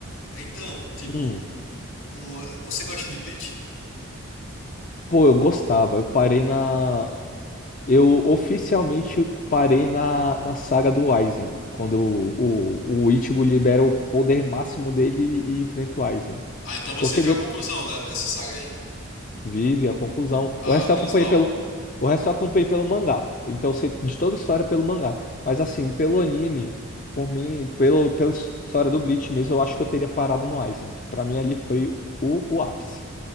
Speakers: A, on the left; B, on the left.
A: Então, tipo,
B: Hum,
A: um- você gosta de Bleach?
B: pô, eu gostava. Eu parei na. Eu oficialmente parei na, na saga do Aizen. Quando o, o, o Ichigo libera o poder máximo dele e enfrenta o Aizen.
A: Ah, então você
B: Porque
A: viu
B: de-
A: a conclusão da- dessa saga aí.
B: Vive a conclusão.
A: Ah,
B: O resto
A: menos
B: eu acompanhei
A: mal.
B: pelo, o resto eu acompanhei pelo mangá. Então eu sei de toda a história pelo mangá. Mas assim, pelo anime, por mim, pelo, pela história do Bleach mesmo, eu acho que eu teria parado no Aizen. que Pra mim ali foi o, o ápice.